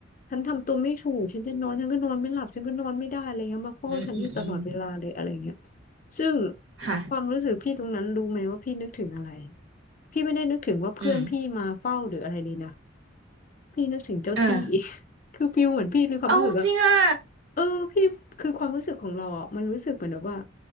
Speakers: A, on the left (about 40°); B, on the right (about 70°).
A: ฉันทำตัวไม่ถูกฉันจะนอนฉันก็นอนไม่หลับฉันก็นอนไม่ได้อะไรเงี้ยมาเฝ้าฉันอยู่ตลอดเวลาเลยอะไรเงี้ย
B: อืมอืมอืม
A: ซึ่ง
B: ค่ะ
A: ความรู้สึกพี่ตรงนั้นรู้ไหมว่าพี่นึกถึงอะไรพี่ไม่ได้นึกถึงว่าเพื่อนพี่มาเฝ้าหรืออะไรเลยนะ
B: อืม
A: พี่นึกถึงเจ้าที่
B: เออ
A: <laughs> คือฟิลเหมือนพี่มีความรู้สึกว่า
B: เอาจริงอ่ะ
A: เออพี่คือความรู้สึกของเราอ่ะมันรู้สึกเหมือนแบบว่า